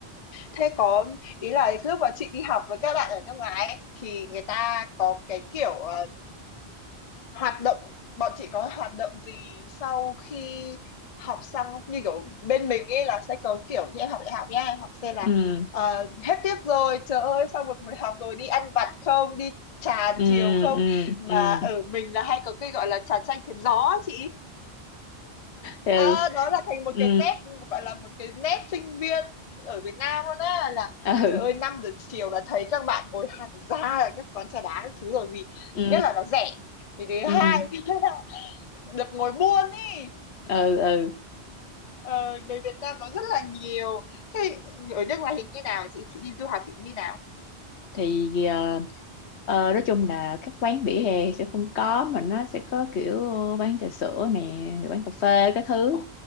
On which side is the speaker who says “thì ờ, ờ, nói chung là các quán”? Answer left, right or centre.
Left